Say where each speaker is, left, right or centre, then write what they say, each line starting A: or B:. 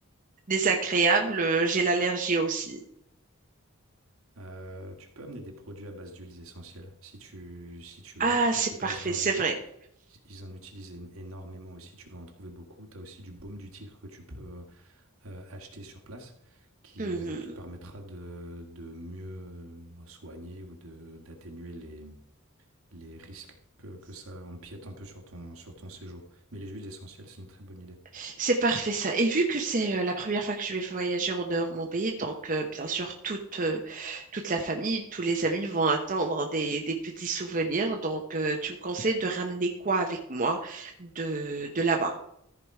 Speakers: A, on the right; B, on the right.
A: désagréable, euh, j'ai l'allergie aussi.
B: Euh, tu peux amener des produits à base d'huiles essentielles, si tu, si tu
A: Ah,
B: as,
A: c'est
B: ou tu passes
A: parfait,
B: dans
A: c'est
B: un...
A: vrai.
B: Ils en utilisent é- énormément aussi, tu vas en trouver beaucoup. Tu as aussi du baume du tigre que tu peux euh, acheter sur place, qui,
A: Mhm.
B: euh, qui te permettra de, de mieux euh, soigner ou de, d'atténuer les, les risques que, que ça empiète un peu sur ton, sur ton séjour. Mais les huiles essentielles, c'est une très bonne idée.
A: C'est parfait ça. Et vu que c'est euh, la première fois que je vais voyager en dehors de mon pays, donc euh, bien sûr toute, euh, toute la famille, tous les amis vont attendre des, des petits souvenirs. Donc euh, tu me conseilles de ramener quoi avec moi de, de là-bas?